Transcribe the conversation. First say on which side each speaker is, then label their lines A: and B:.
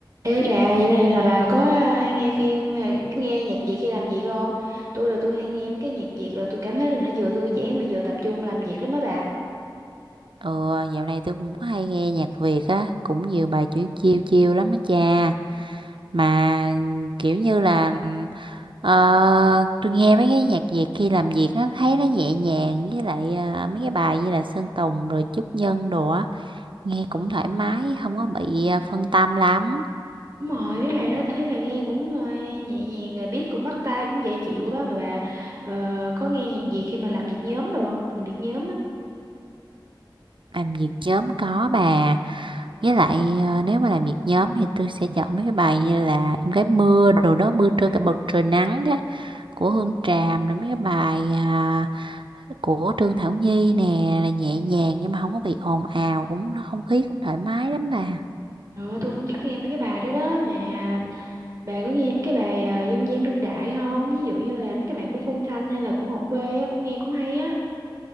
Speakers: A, on the right; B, on the right.
A: Ê bà, dạo này là bà có ờ, hay nghe phim, ờ, nghe nhạc Việt khi làm việc không? Tôi là tôi hay nghe mấy cái nhạc Việt là tôi cảm thấy là nó vừa thư giãn mà vừa tập trung làm việc lắm á bà.
B: Ừ, dạo này tôi cũng có hay nghe nhạc Việt á, cũng nhiều bài chữ chiêu chiêu lắm á cha. Mà kiểu như là ờ, tôi nghe mấy cái nhạc Việt khi làm việc nó thấy nó nhẹ nhàng với lại ờ, mấy cái bài như là Sơn Tùng rồi Trúc Nhân đồ á, nghe cũng thoải mái, không có bị ờ, phân tâm lắm.
A: Đúng rồi, mấy bài đó tôi thấy là nghe cũng ờ, nhẹ nhàng, rồi beat cũng bắt tai, cũng dễ chịu quá mà bà ờ, có nghe nhạc Việt khi mà làm việc nhóm đâu không? Làm việc nhóm á.
B: Làm việc nhóm có bà. Với lại ờ, nếu mà làm việc nhóm thì tôi sẽ chọn mấy cái bài như là Em gái mưa đồ đó mưa trưa cả bầu trời nắng đó của Hương Tràm rồi mấy cái bài à, của Trương Thảo Nhi nè là nhẹ nhàng nhưng mà không có bị ồn ào cũng không khí cũng thoải mái lắm bà
A: Rồi tôi cũng thích nghe mấy cái bài đó đó mà bà có nghe mấy cái bài ờ, dân gian đương đại không? Ví dụ như là mấy cái bài của Phương Thanh hay là của Ngọc Quê á, cũng nghe cũng hay á.